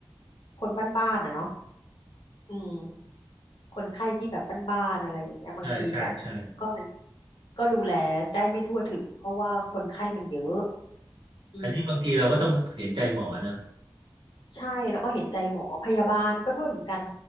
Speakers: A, on the left (about 80°); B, on the right (about 75°).
A: คนบ้านๆอ่ะเนาะอืม คนไข้ที่แบบบ้านๆอะไรอย่างเงี้ยบางทีแบบก็มัน
B: ใช่ใช่ใช่
A: ก็ดูแลได้ไม่ทั่วถึงเพราะว่าคนไข้มันเยอะอืม
B: อันนี้บางทีเราก็ต้องเห็นใจหมอนะ
A: ใช่แล้วก็เห็นใจหมอพยาบาลก็ด้วยเหมือนกัน